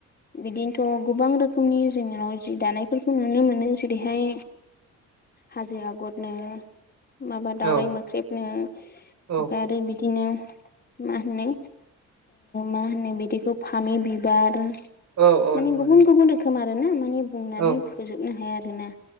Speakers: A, on the left (about 30°); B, on the right (about 65°).
A: बिदिनोथ' गोबां रोखोमनि जोंनियाव जि दानायफोरखौ नुनो मोनो। जेरैहाय हाजो आगरनो माबा
B: औ
A: दाावराइ मोख्रेबनो
B: औ
A: ओमफ्राय आरो बिदि नो मा होनो मा होनो बिदिखौ फामि बिबार
B: औ औ
A: माने
B: नंगौ
A: गुबुन
B: नंगौ
A: गुबुन रोखोम आरो ना माने बुंनानै
B: औ
A: फोजोबनो हाया आरोना